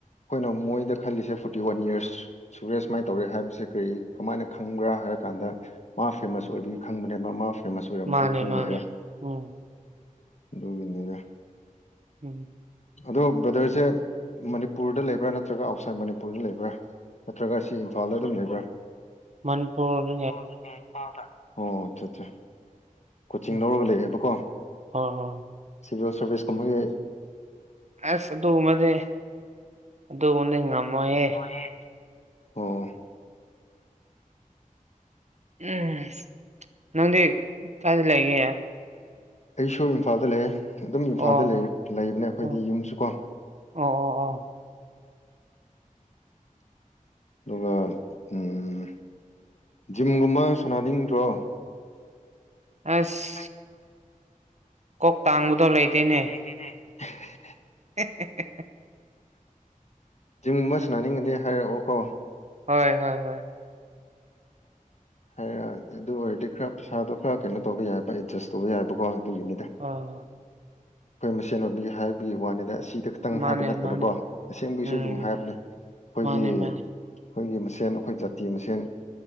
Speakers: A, on the left; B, on the right.
A: ꯑꯩꯈꯣꯏꯅ ꯃꯣꯏꯗ ꯈꯜꯂꯤꯁꯦ ꯐꯣꯔꯇꯤ ꯋꯥꯟ ꯌꯥꯔꯁ ꯁꯨꯔꯦ ꯁꯨꯃꯥꯏ ꯇꯧꯔꯦ ꯍꯥꯏꯕꯁꯦ ꯀꯔꯤ ꯀꯃꯥꯏꯅ ꯈꯪꯕ꯭ꯔꯥ ꯍꯥꯏꯔ ꯀꯥꯟꯗ ꯃꯥ ꯐꯦꯃꯁ ꯑꯣꯏꯕꯒꯤ ꯈꯪꯕꯅꯦꯕ ꯃꯥ ꯃꯥ ꯐꯦꯃꯁ ꯑꯣꯏꯔꯝꯃꯗꯤ
B: ꯃꯥꯅꯦ
A: ꯈꯪꯉꫭꯏꯕ
B: ꯃꯥꯅꯦ ꯎꯝ
A: ꯑꯗꯨꯒꯤꯅꯤꯅꯦ
B: ꯎꯝ
A: ꯑꯗꫭ ꯕ꯭ꯔꯗꯔꯁꯦ ꯃꯅꯤꯄꯨꯔꯗ ꯂꯩꯕ꯭ꯔꯥ, ꯅꯠꯇ꯭ꯔꯒ ꯑꯥꯎꯠꯁꯥꯏꯠ ꯃꯅꯤꯄꯨꯔꯗ ꯂꯩꯕ꯭ꯔꯥ, ꯅꯠꯇ꯭ꯔꯒ ꯁꯤ ꯏꯝꯐꯥꯜꯗ ꯑꯗꯨꯝ ꯂꯩꯕ꯭ꯔꯥ?
B: ꯃꯅꯤꯄꯨꯔꯗ꯫
A: <unintelligible> ꯀꯣꯆꯤꯡ
B: ꯎꯝ
A: ꯂꯧꯔꯒ ꯂꯩꯌꯦꯕꯀꯣ?
B: ꯍꯣꯏ ꯍꯣꯏ
A: ꯁꯤꯚꯤꯜ ꯁꯥꯔꯚꯤꯁ ꯀꯨꯝꯕꯒꯤ,
B: ꯑꯁ ꯑꯗꯨꯒꯨꯝꯕꯗꯤ ꯑꯗꯨꯒꯨꯝꯕꯗꯤ ꯉꯝꯃꯣꯏꯌꯦ꯫
A: <unintelligible> ꯑꯣ
B: ꯎꯝ ꯅꯪꯗꯤ ꯀꯥꯏꯗ ꯂꯩꯒꯦ?
A: ꯑꯩꯁꯨ ꯏꯝꯐꯥꯜꯗ ꯂꯩꯌꯦ ꯑꯗꯨꯝ ꯏꯝꯐꯥꯜꯗ
B: ꯑꯣ ꯑꯣ
A: ꯂꯩ ꯂꯩꯕꯅꯦ ꯑꯩꯈꯣꯏꯗꯤ
B: ꯑꯣ
A: ꯌꯨꯝꯁꯨ ꯀꯣ꯫
B: ꯑꯣ ꯑꯣ ꯑꯣ
A: ꯑꯗꯨꯒ ꯎꯝ, ꯖꯤꯝ ꯒꯨꯝꯕ ꯁꯥꯟꯅꯅꯤꯡꯗ꯭ꯔꯣ?
B: ꯑꯁ
A: <inaudible>
B: ꯀꯣꯛ ꯇꯥꯡꯕꯗꯣ
A: ꯀꯣꯛ
B: ꯂꯩꯗꯦꯅꯦ꯫
A: <unintelligible> <inaudible>
B: <unintelligible>
A: ꯖꯤꯝ ꯒꯨꯝꯕ ꯁꯅꯥꯅꯤꯡꯉꯗꯤ ꯍꯥꯏꯔꯛꯑꯣ ꯀꯣ꯫
B: ꯍꯣꯏ ꯍꯣꯏ ꯍꯣꯏ
A: ꯍꯥꯏꯔꯛ ꯑꯗꯨ ꯑꯣꯏꯔꯗꯤ ꯈꯔ ꯄꯩꯁꯥꯗꯣ ꯈꯔ ꯀꯩꯅꯣ ꯇꯧꯕ ꯌꯥꯏꯕ ꯑꯦꯗꯖꯁ ꯇꯧꯕ ꯌꯥꯏꯕꯀꯣ ꯑꯗꯨꯒꯤꯅꯤꯗ꯫
B: ꯑꯣ
A: ꯑꯩꯈꯣꯏ ꯃꯁꯦꯟ ꯑꯣꯏꯕꯤꯒꯤ ꯍꯥꯏꯕꯒꯤ ꯋꯥꯅꯤꯗ ꯑꯁꯤꯗ ꯈꯤꯇꯪ
B: ꯃꯥꯅꯦ
A: ꯍꯥꯏꯕ ꯅꯠꯇꯕꯀꯣ
B: ꯃꯥꯅꯦ
A: ꯑꯁꯦꯡꯕꯒꯤꯁꯨ
B: ꯎꯝ
A: ꯑꯗꯨꯝ ꯍꯥꯏꯕꯅꯦ ꯑꯩꯈꯣꯏꯒꯤ,
B: ꯃꯥꯅꯦ ꯃꯥꯅꯦ
A: ꯑꯩꯈꯣꯏꯒꯤ ꯃꯁꯦꯟ ꯑꯩꯈꯣꯏ ꯖꯥꯇꯤ ꯃꯁꯦꯟ꯫